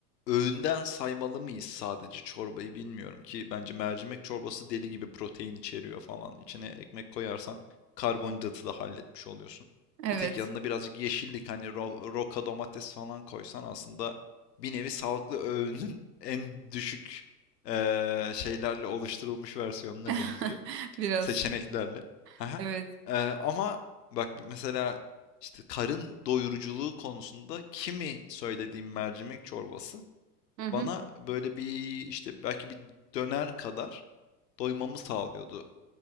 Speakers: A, on the left (about 80°); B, on the right (about 85°).
A: öğünden saymalı mıyız sadece çorbayı bilmiyorum ki bence mercimek çorbası deli gibi protein içeriyor falan. İçine ekmek koyarsan karbonhidratı da halletmiş oluyorsun.
B: evet.
A: Bir tek yanına birazcık yeşillik hani ro- roka domates falan koysan aslında bir nevi sağlıklı öğünün <laughs> en düşük eee, şeylerle oluşturulmuş versiyonuna
B: <laughs>
A: benziyor
B: Biraz.
A: seçeneklerle. Haha.
B: Evet.
A: Eee, ama bak mesela işte karın doyuruculuğu konusunda kimi söylediğim mercimek çorbası
B: Hı hı.
A: bana böyle bir işte belki bir döner kadar doymamı sağlıyordu.